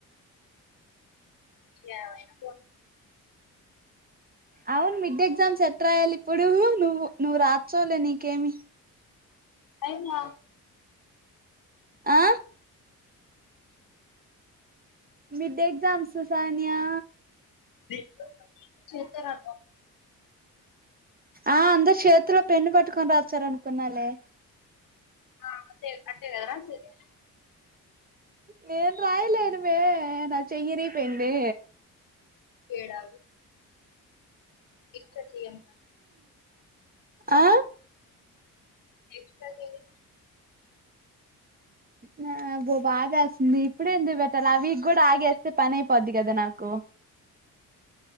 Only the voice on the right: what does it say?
అవును మిడ్డే ఎగ్జామ్స్ ఎట్రా రాయ్యాలి ఇప్పుడు నువ్వు నువ్వు రాచ్చావ్ లే నీకేమి
ఆ మీడ్ ఎగ్జామ్స్ సానియా
ఆ అందరు చేతిలో పెన్ను పట్టుకొని రాచ్చార అనుకున్నాలే
నేను రాయలేనుమే నా చెయ్యి ఇరిగిపోయింది
ఆ
నాగు బాదేస్తుంది ఇప్పుడే ఎందుకు పెట్టాలి అ వీక్ కూడా ఆగేస్తే పని అయిపోద్ది కదా నాకు